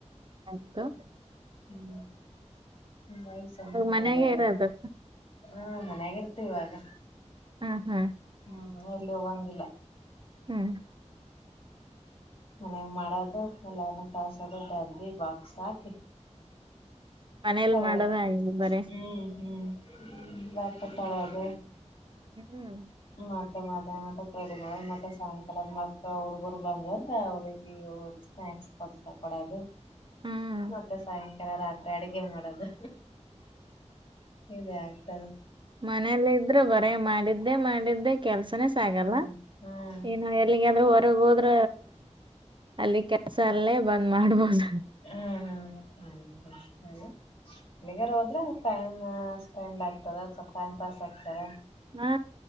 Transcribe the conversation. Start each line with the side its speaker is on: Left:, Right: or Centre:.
Right: <unintelligible>
Left: ಹ್ಮ್ ವಾಯ್ಸ ಅಂದ್ಮ್ಯಾಲಿ
Right: ಇವಾಗ ಮನೆಗೆ ಇರೋದು
Left: ಹಾ ಮನ್ಯಾಗೆ ಗೊತ್ ಇವಾಗ.
Right: ಹಾ ಹಾ
Left: ಹ. ಅಲ್ ಹೋಗಂಗಿಲ್ಲ.
Right: ಹ್ಮ್
Left: ಮನ್ಯಾಗ್ ಮಾಡದು ನ್ ಹಾಲ್ನ ಕಾಸದು ಡಬ್ಬಿ ಬಾಕ್ಸ್ ಹಾಕಿ.
Right: ಮನೇಲಿ
Left: ಸರೆ
Right: ಮಾಡೋದ ಆಗಿಲ್ಲ ಬರೇ
Left: ಹ್ಮ್ ಹ್ಮ್ ಹ್ಮ ಬ ಪತ್ತಳಾಗ.
Right: ಹ್ಮ್
Left: ಮತ್ತೆ ಮಾದಾಮ್ ಮಾಡ್ಕ್ ರೆಡಿ ಮಾಡಿ ಮತ್ತೆ ಸಾಯಂಕಾಲದ್ ಮೇಲ್ ಹುಡ್ಗರು ಬಂದ್ವ ಅಂದ್ರ ಅವ್ರಿಗಿ ಸ್ನಾಕ್ಸ್ ಕೊಡ್ಸ ಕೊಡದು
Right: ಹ್ಮ್
Left: ಮತ್ತೆ ಸಾಯಂಕಾಲ ರಾತ್ರಿ ಅಡ್ಗೆ ಮಾಡೊದು. ಇ ಬ್ಯಾಗ್ ಟಗ.
Right: ಮನೇಲ್ ಇದ್ರೆ ಬರೇ ಮಾಡಿದ್ದೆ ಮಾಡಿದ್ದೆ. ಕೆಲ್ಸನೇ ಸಗಲ್ಲ
Left: ಹ್ಮ್ ಹ್ಮ್
Right: ಇನು ಎಲ್ಲಿಗ್ಯಾದ್ರು ದ್ರ ಹೊರಗ್ ಹೋದ್ರ. ಅಲ್ಲಿ ಕೆಲ್ಸ ಅಲ್ಲೇ. ಬಂದ್ ಮಾಡ್ಬೋದ.
Left: ಹ್ಹ ಹ. ಹ್ಮ ಹ ಹೇಳು. ಎಲ್ಲಿಗಾರು ಹೋದ್ರ ಟೈಮ ಸ್ಪೆಂಡ್ ಆಗ್ತದ ಸ್ವಲ್ ಟೈಮ್ ಪಾಸ್ ಆಗ್ತಾರ.
Right: ಹಾ